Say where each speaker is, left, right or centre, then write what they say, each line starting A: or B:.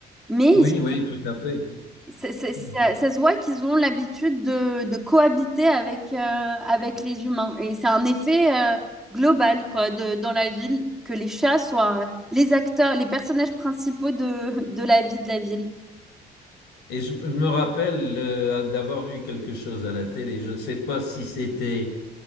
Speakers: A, in the centre; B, on the left (about 80°).
A: mais ils-
B: Oui, oui, tout à fait.
A: ça, ça-
B: Mm.
A: ça- ça se voit qu'ils ont l'habitude de, de cohabiter avec, euh, avec les humains. Et c'est un effet euh, global, quoi, de- dans la ville, que les chats soient les acteurs, les personnages principaux de, de la vie de la ville.
B: Et je, je me rappelle euh, d'avoir vu quelque chose à la télé. Je ne sais pas si c'était...